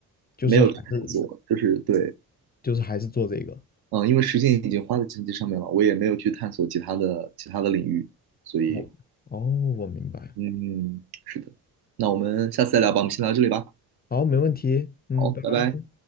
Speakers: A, on the left; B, on the right.
A: 就是还是
B: 没有去探索。就是对，
A: 就是还是做这个。
B: 嗯，因为时间已经花在计算机上面了，我也没有去探索其他的其他的领域。所以，
A: 我哦，我明白了。
B: 嗯，是的。那我们下次再聊吧，我们先聊到这里吧。
A: 好，没问题，嗯，
B: 好，
A: 拜拜。
B: 拜拜。